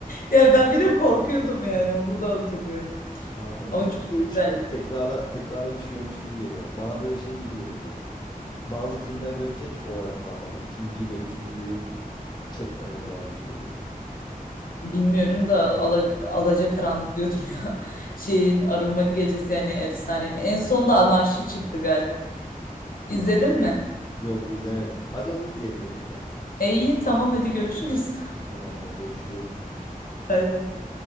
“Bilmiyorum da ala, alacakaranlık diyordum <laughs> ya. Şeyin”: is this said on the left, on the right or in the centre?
Left